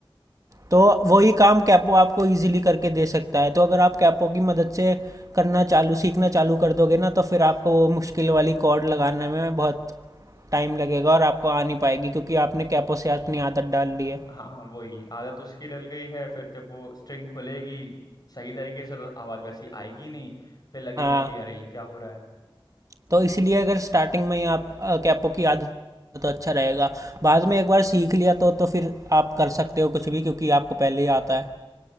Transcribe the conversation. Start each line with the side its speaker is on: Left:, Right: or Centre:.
Right: तो वही काम कैपो आपको इजीली करके दे सकता है तो अगर आप कैपो की मदद से करना चालू सीखना चालू कर दोगे ना तो फिर आपको वो मुश्किल वाली कॉर्ड लगाने में बहुत टाइम लगेगा और आपको आ नहीं पाएगी क्योंकि आपने कैपो से अपनी आदत डाल ली है
Left: हाँ वही आदत उसकी डल गई है फिर जब वो स्ट्रिंग खुलेगी सही तरीके से तो आवाज वैसी आएगी नहीं फिर लगेगा
Right: हाँ
Left: कि अरे ये क्या हो रहा है
Right: तो इसलिए अगर स्टार्टिंग में ही आप अ, कैपो की आदत है तो अच्छा रहेगा बाद में एक बार सीख लिया तो तो फिर आप कर सकते हो कुछ भी क्योंकि आपको पहले ही आता है